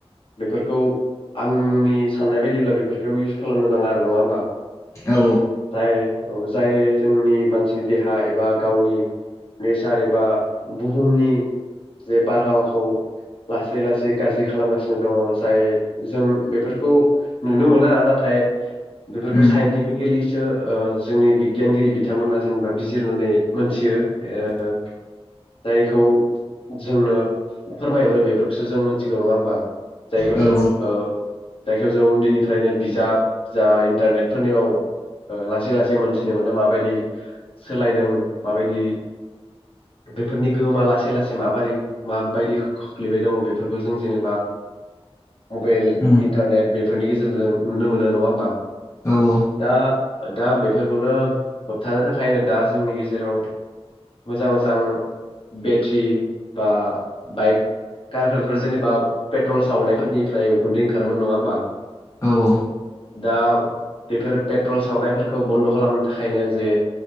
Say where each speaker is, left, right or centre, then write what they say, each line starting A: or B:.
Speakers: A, on the left; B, on the left.
A: बेफोरखौ आंनि साननाय बायदिब्ला बेफोरखौ इउस खालामनो नाङा आरो नङा होमबा
B: औ
A: जाय औ जाय जोंनि मानसिनि देहा एबा गावनि नेचार एबा बुहुमनि जे बारहावाखौ लासै लासै गाज्रि खालामगासिनो दङ जाय जों बेफोरखौ नुनो मोना नाथाय बेफोरखौ
B: उम
A: साइन्टिफिकेलिसो ओ जोंनि बिगियानगिरि बिथांमोना जेनेबा बिजिरनानै मोनथियो ओ जायखौ जोंनो फोरमायहरो बेफोरखौसो जों मोनथिगौ नङा होमबा जायखौ
B: औ
A: जों
B: औ
A: ओ जायखौ जों उन्दैनिफ्रायनो बिजाब जा इन्टारनेटफोरनियाव ओ लासै लासै मोनथिनो मोनो माबायदि सोलायदों माबायदि बेफोरनि गोहोमा लासै लासै माबोरै माबायदि खोख्लैबाय दङ बेफोरखौ जों जेनेबा मबाइल
B: उम
A: इन्टारनेट बेफोरनि गेजेरजों नुनो मोनो नङा होमबा
B: औ औ
A: दा दा बेफोरखौनो होबथानो थाखायनो दा जोंनि गेजेराव मोजां मोजां बेट्रि बा बाइक कारफोरबो जेनेबा पेट्रल सावनायफोरनिफ्राय उखुन्दै ओंखारोमोन नङा होमबा?
B: औ औ
A: दा बेफोर पेट्रल सावनायफोरखौ बन्द' खालामनो थाखायनो जे